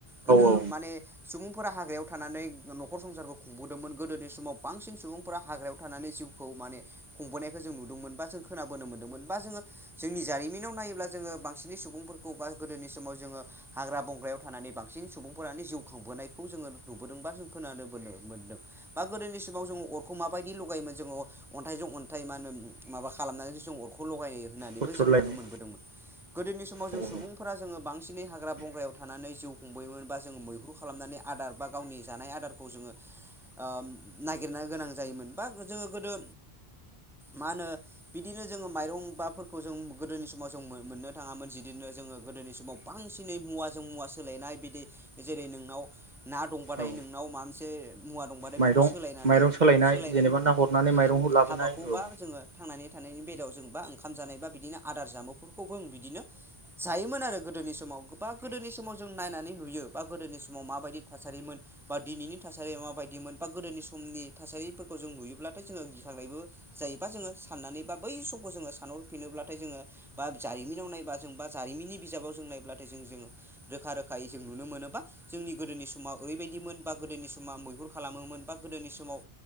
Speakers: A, in the centre; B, on the right.
A: गोदो
B: औ
A: माने सुबुंफोरा हाग्रायाव थानानै नखर संसारखौ खुंबोदोंमोन गोदोनि समाव बांसिन सुबुंफोरा हाग्रायाव थानानै जि खौ माने खुंबोनायखौ जों नुदोंमोन बा जों खोनाबोनो मोनदोंमोन बा जोङो जोंनि जारिमिनाव नायोब्ला जों जोङो बांसिन सुबुंफोरखौ बा गोदोनि समाव जोङो हाग्रा बंग्रायाव थानानै बांसिन सुबुंफोरानो जिउ खांबोनायखौ जोङो नुबोदों बा जों खोनानोबोनो मोनदों बा गोदोनि समाव जों अरखौ माबायदि लगायोमोन जोङो अन्थाइजों अन्थाइ मा होनो माबा खालामनानैसो जों अरखौ लगायो होन्नानैबो
B: हुथ्रुदलायनाय
A: जों नुनो मोनबोदोंमोन गोदोनि समाव जों
B: औ औ
A: सुबुंफोरा जोङो बांसिनै हाग्रा बंग्रायाव थानानै जिउ खुंबोयोमोन बा जों मै हुर खालामनानै आदार बा गावनि जानाय आदारखौ जोङो ओ नागिरनो गोनां जायोमोन बा गो जोङो गोदो मा होनो बिदिनो जोङो माइरं बाफोरखौ जों गोदोनि समाव जों मोननो थाङामोन जिदिनो जोङो गोदोनि समाव बांसिनै मुवाजों मुवा सोलायनाय बिदि जेरै नोंनाव ना दंबाथाय
B: औ
A: नोंनाव मा मोनसे मुवा दंबाथाय
B: माइरं
A: बेखौ सोलायनानै
B: माइरं सोलायनाय
A: सोलायनानै
B: जेनेबा
A: बिदि
B: ना हरनानै माइरंखौ लाबोनाय
A: हाबाखौ
B: औ
A: बा
B: औ
A: जोङो थांनानै था बा बि ज बिनो ज गोदोनि समाव गोबा गोदोनि समाव जों नायनानै नुयो बा गोदोनि समाव माबायदि थासारिमोन बा दिनैनि थासारिया माबायदिमोन बा गोदोनि समनि थासारिफोरखौ जों नुयोब्लाथाय जोङो गिखांनायबो जायोबा जोङो साननानै बा बै समखौ जोङो सानहरफिनोब्लाथाय जोङो बा जारिमिनाव नायबा जों बा जारिमिननि बिजाबाव जों नायब्लाथाय जों जोङो रोखा रोखायै जों नुनो मोनो बा जोंनि गोदोनि समाव ओरैबायदिमोन गोदोनि समाव मैहुर खालामोमोन बा गोदोनि समाव